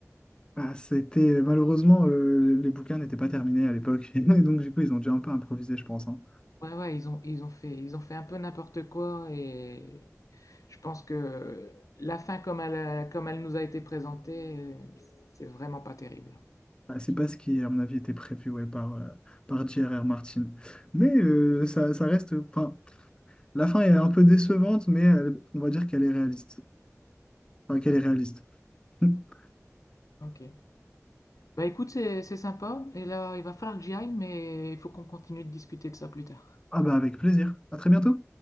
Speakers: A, on the left; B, on the left.
A: Ah, c'était euh, malheureusement euh, les bouquins n'étaient pas terminés à l'époque <laughs> et donc du coup ils ont dû un peu improviser je pense hein.
B: Ouais, ouais, ils ont, ils ont fait, ils ont fait un peu n'importe quoi et je pense que la fin, comme elle, a- comme elle nous a été présentée, euh, c'est vraiment pas terrible.
A: Ah, c'est pas ce qui à mon avis était prévu ouais, par euh, par J.R.R. Martin mais euh, ça, ça reste enfin la fin est un peu décevante mais elle- on va dire qu'elle est réaliste enfin qu'elle est réaliste <laughs>
B: Ok. Bah écoute, c'est, c'est sympa et là, il va falloir que j'y aille, mais il faut qu'on continue de discuter de ça plus tard.
A: ah bah avec plaisir à très bientôt